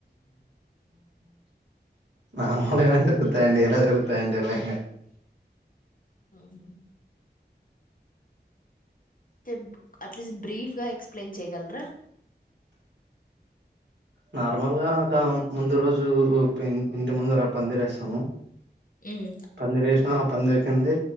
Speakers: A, on the right (about 75°); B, on the left (about 50°).
A: ఆ నార్మల్గానే జరుగుతాయండి ఎలా జరుగుతాయంటేలా ఇంగ
B: అవున చెప్ అట్లీస్ట్ బ్రీఫ్గా ఎక్స్ప్లెయిన్ చేయగలరా
A: నార్మల్గా ఒక ముందు రోజు పె ఇంటి ముందర పందిరేస్తాము.
B: మ్మ్
A: పందిరేసిన పందిరి కిందే